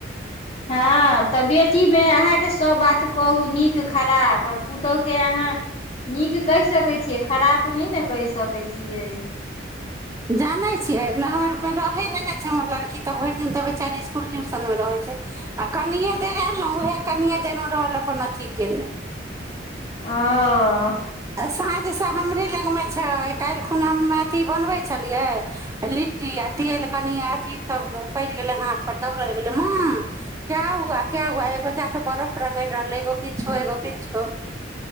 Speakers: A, on the left (about 35°); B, on the right (about 15°).
A: हँ त बेटी टी मे मे अहाँके सभ बात कहू नीक खराब पुतोहुके अहाँ नीक कहि सकै छियै खराब अपने नहि न कहि सकैत छियै
B: जानै छियै नहि हमर रहै नहि ने छै हमर लड़की तऽ भरि दिन तऽ बेचारे इसकुल ट्यूशनमे रहै छै आ कनिए देर आयल ने उएह कनिए देेलहु रहल अपन अथि कयने
A: अं ह
B: आ साँझ सब हमरे लगमे छै काल्हि अथी बनबै छलियै लिट्टी आ तेल कनि अथी सभ उपड़ि गेलै हाथ परर दौड़ल गेलै माँ क्य हुआ क हुआ एगो जा कऽ बरफ रगड़ि रहलै एगो किछो एगो किछो